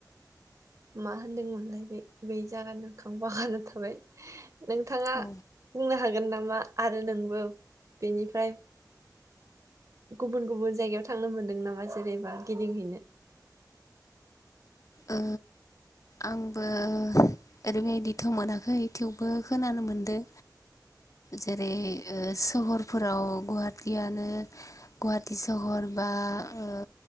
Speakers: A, on the right; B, on the left.
A: मा होनदोंमोनलाय बे बै जागानि नामखो आं बावगारना थाबाय नोंथाङा
B: औ
A: बुंनो हागोन नामा मा आरो नोंबो बेनिफ्राय गुबुन गुबुन जायगायाव थांनो मोनदों नामा जेरैबा गिदिंहैनो
B: ओ आंबो ओरैबायदिथ' मोनाखै थेवबो खोनानो मोनदों जेरै ओ सहरफोराव गुवाहाटियानो गुवाहाटि सहर बा ओ